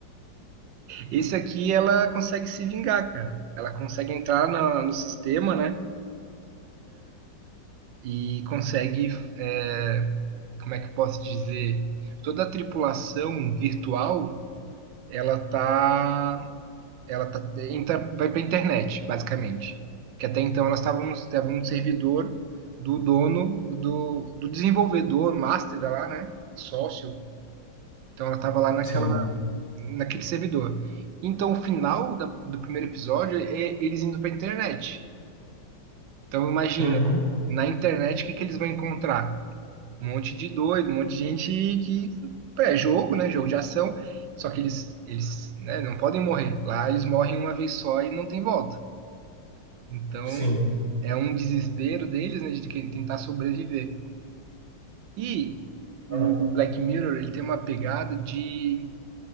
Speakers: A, on the right (about 80°); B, on the left (about 45°).
A: esse aqui ela consegue se vingar, cara. Ela consegue entrar na- no sistema, né? E consegue, é, como é que eu posso dizer? Toda a tripulação virtual, ela tá Ela tá, entra, vai para a internet, basicamente. Que até então elas estavam no, estavam no servidor do dono, do, do desenvolvedor, master lá, né? Sócio. Então ela estava lá naquela,
B: sim.
A: naquele servidor. Então o final da- do primeiro episódio é eles indo para a internet. Então imagina,
B: Uhum.
A: na internet o que, que eles vão encontrar? Um monte de doido, um monte de gente que é jogo, né? Jogo de ação. Só que eles, eles, né, não podem morrer. Lá eles morrem uma vez só e não tem volta. Então,
B: Sim.
A: é um desespero deles, né, de que- tentar sobreviver. E o
B: Ah,
A: o Black Mirror, ele tem uma pegada de,